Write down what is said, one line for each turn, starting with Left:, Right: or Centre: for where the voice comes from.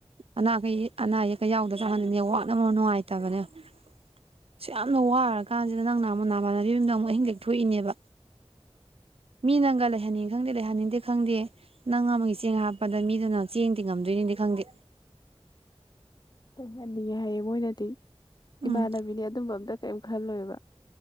Right: ꯑꯅꯥꯈꯩ ꯑꯅꯥ ꯑꯌꯦꯛ ꯌꯥꯎꯗ ꯆꯪꯍꯟꯅꯤꯅꯦ ꯋꯥꯅꯕ ꯅꯨꯡꯉꯥꯏꯇꯕꯅꯦ ꯑ ꯌꯥꯝꯅ ꯋꯥꯔ ꯀꯥꯟꯁꯤꯗ ꯅꯪꯅ ꯑꯃꯨꯛ ꯅꯅꯥꯃꯥꯟꯅꯕꯤ ꯑꯃꯗ ꯑꯃꯨꯛ ꯑꯍꯤꯡ ꯂꯦꯛꯊꯣꯛꯏꯅꯦꯕ ꯃꯤ ꯅꯪꯒ ꯂꯩꯍꯟꯅꯤꯡ ꯈꯪꯗꯦ ꯂꯩꯍꯟꯅꯤꯡꯗꯦ ꯈꯪꯗꯦ ꯅꯪ ꯑꯃꯒꯤ ꯆꯦꯡ ꯍꯥꯞꯄꯗ ꯃꯤꯗꯨ ꯅꯪ ꯆꯦꯡꯗꯤ ꯉꯝꯗꯣꯏꯅꯤꯗꯤ ꯈꯪꯗꯦ
Left: ꯇꯩꯍꯟꯅꯤꯡꯉꯦ ꯍꯥꯏꯌꯦ ꯃꯣꯏꯅꯗꯤ
Right: ꯎꯝ
Left: ꯏꯃꯥꯟꯅꯕꯤꯅꯦ ꯑꯗꯨꯝꯕ ꯑꯝꯇ ꯀꯔꯤꯝ ꯈꯜꯂꯣꯏꯕ